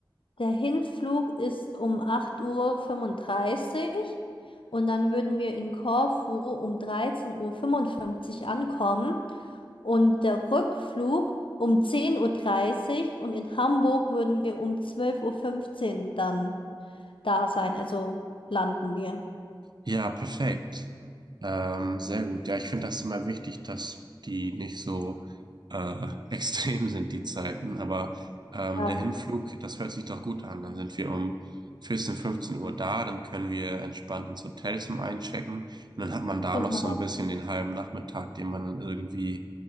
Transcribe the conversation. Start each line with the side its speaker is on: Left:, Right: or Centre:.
Left: der Hinflug ist um acht Uhr fünfunddreißig und dann würden wir in Korfu um dreizehn Uhr fünfundfünfzig ankommen Und der Rückflug um zehn Uhr dreißig und in Hamburg würden wir um zwölf Uhr fünfzehn dann da sein. Also landen wir.
Right: Ja, perfekt. Ähm, sehr gut. Ja, ich finde das immer wichtig, dass die nicht so äh, <laughs> extrem sind, die Zeiten. Aber ähm,
Left: Ja,
Right: der Hinflug, das hört sich doch gut an. Dann sind wir um 14 15 Uhr da, dann können wir entspannt ins Hotel zum Einchecken. Und dann hat man da
Left: genau.
Right: noch so ein bisschen den halben Nachmittag, den man dann irgendwie